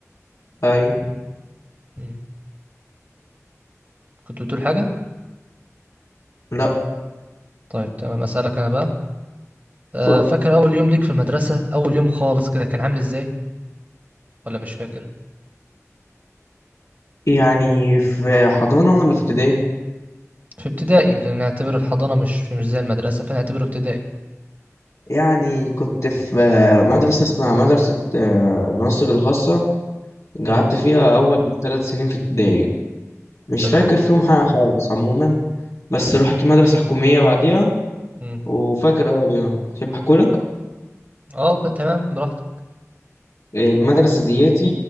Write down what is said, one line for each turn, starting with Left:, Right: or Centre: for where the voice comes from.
Left: ايوه
Right: امم كنت بتقول حاجة؟
Left: لا
Right: طيب تمام أسألك انا بقى آه
Left: اتفضل
Right: فاكر اول يوم ليك في المدرسة اول يوم خالص كده كان عامل ازاي ولا مش فاكر؟
Left: يعني في حضانة ولا في ابتدائي؟
Right: في ابتدائي لان نعتبر الحضانه مش مش زي المدرسه فنعتبره ابتدائي
Left: يعني كنت في آه، مدرسة اسمها مدرسة آه، ناصر الخاصة قعدت
Right: امم
Left: فيها أول ثلاث سنين في ابتدائي مش
Right: تمام
Left: فاكر فيهم حاجة خالص عموما بس رحت مدرسة حكومية بعديها
Right: امم
Left: وفاكر أول يوم أحب أحكولك
Right: اه ب- تمام براحتك
Left: آه، المدرسة دياتي